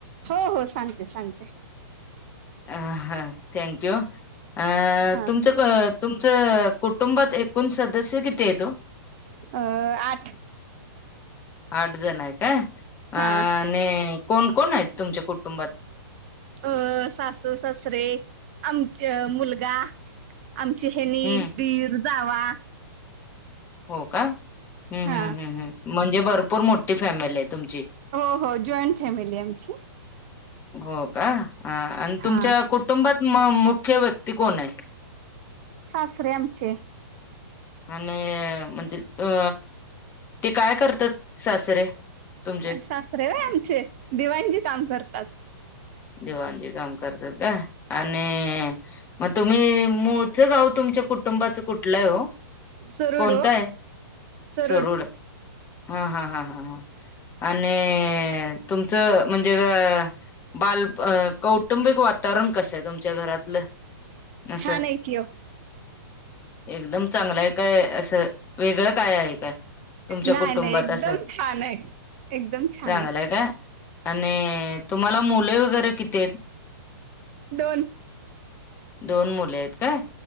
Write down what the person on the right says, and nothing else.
हो, हो सांगते, सांगते.
हा
अ आठ.
हा
अ सासू- सासरे आमच्य मुलगा आमची हे नी,
दीर, जावा.
हा
हो, हो जॉईंट फॅमिली आमची.
हा
सासरे आमचे,
सासरे वय आमचे, दिवांजी काम करतात.
सरूड
ओ सरूड
छान आहे कि ओ
नाही
नाही एकदम
छान आहे एकदम छान
आहे
दोन.